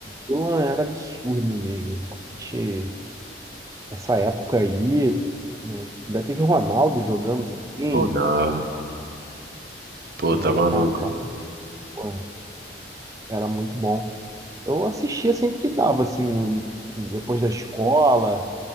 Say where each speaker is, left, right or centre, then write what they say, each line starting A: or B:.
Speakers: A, on the right (about 20°); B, on the right (about 55°).
A: pô, era absurdo mesmo. Realmente, Essa época aí, né? Ainda teve Ronaldo jogando também,
B: Ronaldo. Pô,
A: é,
B: tá maluco.
A: Kaká, pô, era muito bom. Eu assistia sempre que dava, assim, no- depois da escola.